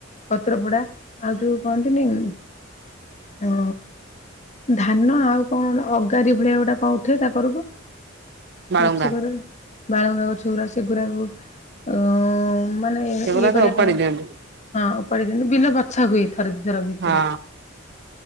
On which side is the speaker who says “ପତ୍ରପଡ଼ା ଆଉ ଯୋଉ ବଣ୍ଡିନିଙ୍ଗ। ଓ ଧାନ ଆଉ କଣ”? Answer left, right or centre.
Left